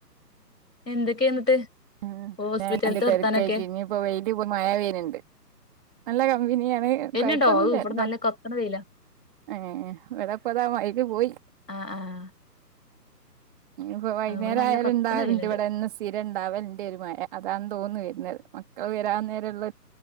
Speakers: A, on the left; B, on the right.
A: എന്തൊക്കെയ എന്നിട്ട്
B: ഉം
A: ഹോസ്പിറ്റൽത്തെ
B: ഞാൻ എന്റെ
A: വർത്താനൊക്കെ
B: തിരക്കായിക്ക് ഇനി ഇപ്പോ വെയില ഇപ്പ മഴ പെയുണ് ണ്ട് വിനിയാണ്
A: വരുന്നുണ്ടോ
B: കൊഴപ്പൊന്നുംല്ല
A: ഔ ഇവിടെ
B: എന്താ
A: നല്ല കത്ത്ണ വെയിലാ
B: ഏർ എടപ്പതാ വൈതി പോയി
A: ആഹ് ആഹ്
B: ഇപ്പ വൈനേരം
A: ഇവിടെ നല്ല
B: ആയാല
A: കത്ത്ണ
B: ഉണ്ടാവലിണ്ട്
A: വെയില്ണ്ട്
B: ഇവിടെന്ന് സ്ഥിര ഉണ്ടാവല ര് മയ അതാന്ന് തോന്ന് വെരുന്നത് മക്കൾ വരാൻ നേരള്ള